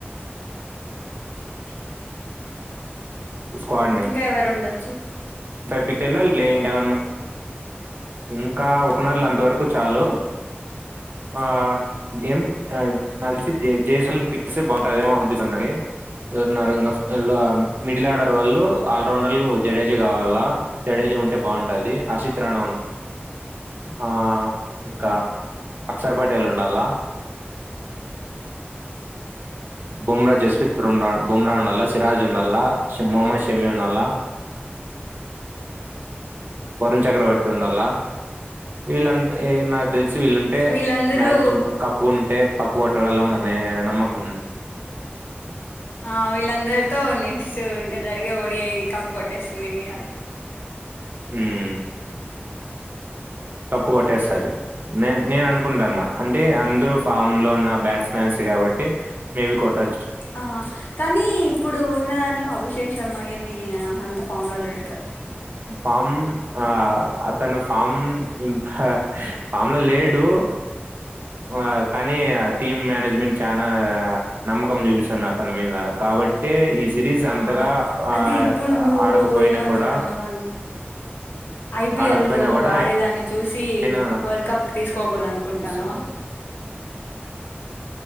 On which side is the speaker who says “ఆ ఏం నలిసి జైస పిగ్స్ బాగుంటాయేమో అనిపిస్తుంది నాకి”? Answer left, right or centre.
Right